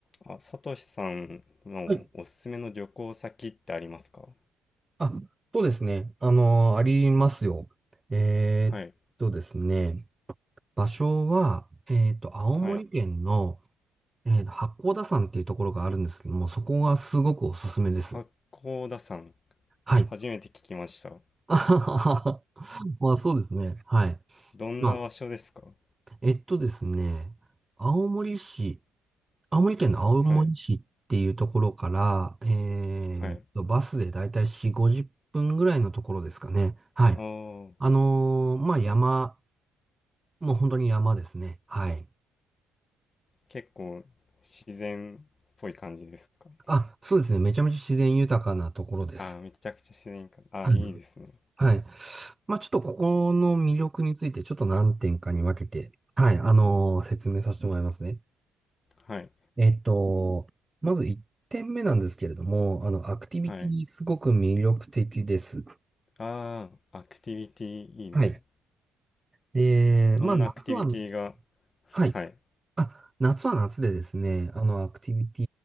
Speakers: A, on the left; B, on the right.
A: あ、さとしさんのおすすめの旅行先ってありますか
B: はい。あ、そうですね。あの、ありますよ。えーっとですね、
A: はい。
B: 場所は、えーっと、青森県の、
A: はい。
B: えーっと、八甲田山っていうところがあるんですけども、そこがすごくおすすめです。
A: 八甲田山。
B: はい。
A: 初めて聞きました。
B: <laughs> あはははまあ、そうですね。はい。
A: どんな場所ですか
B: まあ、えっとですね、青森市、青森県の青森市っていうところから、
A: はい。
B: えーっと、
A: はい。
B: バスでだいたい4、50分ぐらいのところですかね。はい。
A: ああ、
B: あのーまあ、山、もう本当に山ですね。はい。
A: 結構自然っぽい感じですか
B: あ、そうですね。めちゃめちゃ自然豊かなところです。
A: ああー、めちゃくちゃ自然か。あー、
B: はい。
A: いいですね。
B: はい。まあちょっとここの魅力についてちょっと何点かに分けて、はい、あのー説明させてもらいますね。
A: はい。
B: えっと、まず1点目なんですけれども、あの、アクティビティすごく魅力的です。
A: はい。ああ、アクティビティいいですね
B: はい。で、
A: どんなアクティビティが、
B: まあ夏は、はい。
A: はい。
B: あ、夏は夏でですね、あの、アクティビテ